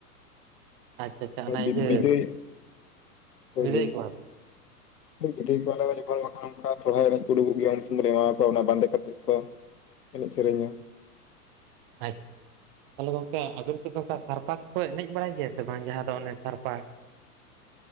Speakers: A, on the right; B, on the left.
A: ᱟᱪᱪᱷᱟ ᱟᱪᱪᱷᱟ, ᱚᱱᱮ
B: ᱵᱤᱫ
A: ᱤᱡᱟᱹ
B: ᱵᱤᱫᱟᱹᱭ ᱦᱳᱭ
A: ᱵᱤᱫᱟᱹᱭ
B: ᱦᱳᱭ
A: ᱠᱚᱣᱟ ᱯᱮ᱾
B: ᱵᱤᱫᱟᱹᱭ ᱠᱚᱣᱟᱞᱮ ᱡᱚᱠᱷᱚᱱ, ᱵᱟᱠᱷᱟᱱ ᱚᱱᱠᱟ ᱥᱚᱨᱦᱟᱭ ᱮᱱᱮᱡ ᱠᱚ ᱩᱰᱩᱠᱚᱜ ᱜᱮᱭᱟ ᱩᱱ ᱥᱚᱢᱚᱭ ᱞᱮ ᱮᱢᱟ ᱠᱚᱣᱟ ᱚᱱᱟ ᱵᱟᱸᱫᱮ ᱠᱟᱛᱮᱫ ᱠᱚ ᱮᱱᱮᱡ ᱥᱮᱨᱮᱧᱟ᱾
A: ᱟᱪᱪᱷᱟ᱾ ᱛᱟᱦᱚᱞᱮ ᱜᱚᱝᱠᱮ ᱟᱵᱮᱱ ᱥᱮᱫ ᱫᱚ ᱚᱱᱠᱟ ᱥᱟᱨᱯᱟ ᱠᱚ ᱠᱚ ᱮᱱᱮᱡ ᱵᱟᱲᱟᱭ ᱜᱮᱭᱟ ᱥᱮ ᱵᱟᱝ, ᱡᱟᱦᱟᱸ ᱫᱚ ᱚᱱᱮ ᱥᱟᱨᱯᱟ